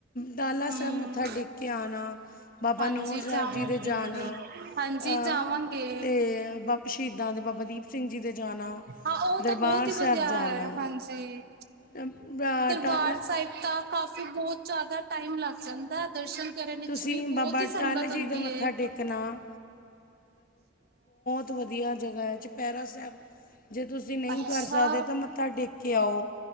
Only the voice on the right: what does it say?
ਹਮ
ਹਾਂਜੀ
ਜਾਵਾਂਗੇ
ਹਾਂਜੀ
ਜਾਵਾਂਗੇ
ਹਾਂ ਉਹ
ਤਾਂ ਬਹੁਤ ਹੀ
ਵਧੀਆ
ਹੈ ਹਾਂਜੀ
ਦਰਬਾਰ
ਸਾਹਿਬ ਤਾਂ ਕਾਫੀ ਬਹੁਤ ਜ਼ਿਆਦਾ ਟਾਈਮ ਲੱਗ ਜਾਂਦਾ ਦਰਸ਼ਨ ਕਰਨ ਵਿੱਚ
ਵੀ
ਬਹੁਤ ਹੀ
ਸੰਗਤ
ਹੁੰਦੀ
ਹੈ।
ਅੱਛਾ,